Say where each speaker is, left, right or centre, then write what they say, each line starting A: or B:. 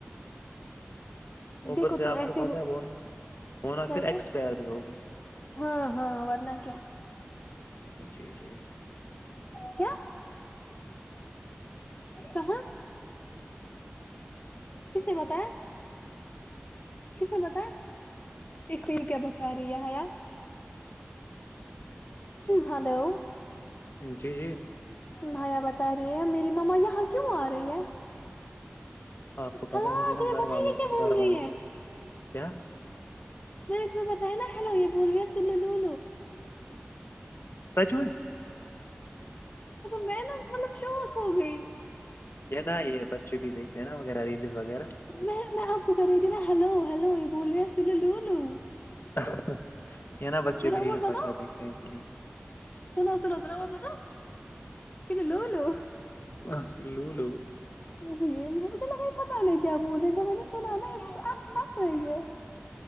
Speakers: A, on the left; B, on the left.
A: اوبر
B: دیکھو
A: سے
B: تم
A: آپ
B: ایسے
A: کو پتہ
B: کیا
A: ہے بنا بنا پھر ایکسپائر
B: کیا
A: بھی ہو گیا
B: ہاں ہاں ورنہ کیا
A: جی جی
B: کیا کہاں کس نے بتا کسب پتا دیکھو یہ کیا بتا رہی ہےیا ہلو
A: جی جی
B: بھیا بتا رہی ہے میری ما یہاں کیوں آ رہی ہے
A: آپ کو پتاہ
B: ہلا
A: ہے مجھے نا
B: تمہیں
A: گھر
B: پتا
A: والے
B: ہے یہ کیا بول
A: گھر
B: رہی
A: والے
B: ہے
A: کیا
B: میں نے تمہ بیا نا ہیلو یہ بول گیا سن لو
A: سچول
B: میں نا مطلب شوق ہو گئی
A: یہ نا یہ بچے بھی دیکھتے ہیں نا وغیرہ ریلز وغیرہ
B: میں میں آپ کو کہہ رہی تھی ن ہلو ہیلو یہ بول رہی لوولو
A: <unintelligible> نا بچے
B: میرا
A: بھی ریلس
B: ہو پتا
A: وغیرہ دیکھتے ہیں اسی لیے
B: سناو سناو سلاول ب چل لو لو
A: ہ س لو لو
B: یہ مجھے لگا پتا نہیں کیا بول رہے ج میں نے سنا ناس ہنس رہی ہے